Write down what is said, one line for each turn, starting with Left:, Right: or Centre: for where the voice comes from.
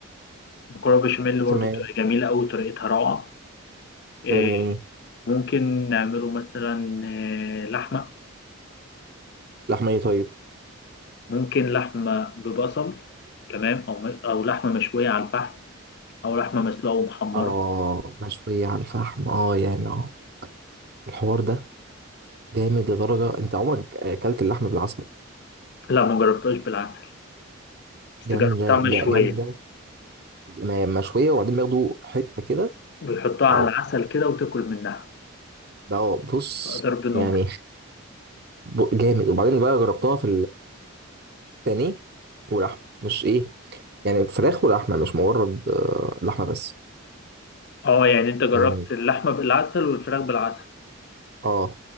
Left: مكرونة بشاميل برضو
Right: تمام
Left: بتبقى جميلة أوي طريقتها روعة آه،
Right: كلام جميل
Left: ممكن نعمله مثلا آه، لحمة
Right: لحمة طيب
Left: ممكن لحمة ببصل تمام أو أو لحمة مشوية على الفحم أو لحمة مسلوقة ومحمرة
Right: آه مشوية على الفحم آه يعني آه الحوار ده جامد لدرجة أنت عمرك أكلت اللحمة بالعسل
Left: لا ما جربتهاش بالعسل بس
Right: جامدة
Left: جربتها مشوية
Right: جا- جامدة م- مشوية وبعدين بياخدوا حتة كده
Left: بيحطها على
Right: أو
Left: العسل كده وتاكل منها
Right: ده بص
Left: بقى ضرب نار
Right: يعني <laughs> ب- جامد وبعدين بقى جربتها في البانيه واللحمه مش ايه يعني فراخ ولحمه مش مجرد آه، لحمه بس
Left: اه يعني انت جربت
Right: يعني
Left: اللحمة بالعسل والفراخ بالعسل
Right: اه